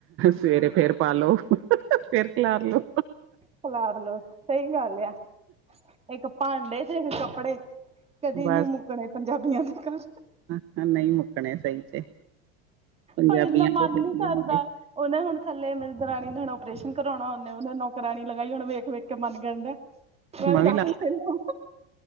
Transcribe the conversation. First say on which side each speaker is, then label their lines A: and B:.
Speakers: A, on the right; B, on the right.
A: ਸਵੇਰੇ ਫੇਰ ਪਾਲੋ ਫੇਰ ਖਲਾਰ ਲੋੋ
B: ਖਲਾਰ ਲੋੋ ਸਹੀ ਗੱਲ ਆ ਇੱਕ ਭਾਂਡੇ ਤੇ ਇਕ ਕੱਪੜੇ ਕਦੇ
A: ਬਸ
B: ਨੀ ਮੁੱਕਣੇ ਪੰਜਾਬੀਆਂ ਦੇ ਘਰ
A: ਹ ਨਹੀਂ ਮੁੱਕਣੇ ਸਹੀ ਚ ਪੰਜਾਬੀਆਂ
B: ਭਾ ਇੰਨਾ ਮਨ
A: ਦੇ ਡੇਲੇ
B: ਨੀ ਕਰਦਾ
A: ਹੁੰਦੇ
B: ਉਹਨੇ ਥੱਲੇ ਮੇਰੀ ਦਰਾਣੀ ਨੇ ਹੁਣ ਆਪ ਔਪਰੇਸ਼ਨ ਕਰਵਾਣਾ ਉਹਨੇ ਉਹਨ ਨੌਕਰਾਣੀ ਲਗਾਈ ਹੁਣ ਵੇਖ ਵੇਖ ਕੇ ਮਚ ਜਾਦੇ ਆ।
A: <unintelligible>
B: ਮੈਂ ਵੀ ਡਖੇ
A: ਲਾ
B: ਨੂੰ